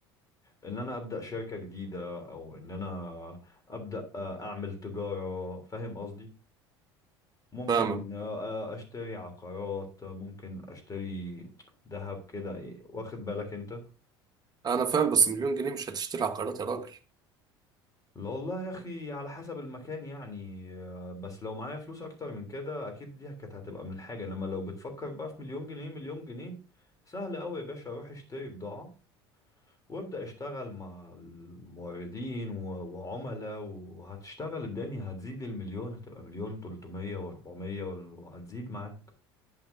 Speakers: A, on the left; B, on the right.
A: ان انا ابدا شركة جديدة او ان انا ابدا آه، اعمل تجارة فاهم قصدي ممكن
B: فاهمك
A: آه، آه، اشتري عقارات آه، ممكن اشتري ذهب كده إيه، واخد بالك انت
B: انا فاهم بس مليون جنيه مش هتشتري عقارات يا راجل
A: لا والله يا اخي على حسب المكان يعني آه، بس لو معايا فلوس اكتر من كده اكيد دي كانت هتبقى من الحاجة انما لو بتفكر بقى في مليون جنيه مليون جنيه سهل قوي يا باشا اروح اشتري بضاعة وابدأ اشتغل مع الموردين و- وعملاء وهتشتغل الدنيا هتزيد المليون هتبقى مليون تلتمية واربعمية وال- وهتزيد معاك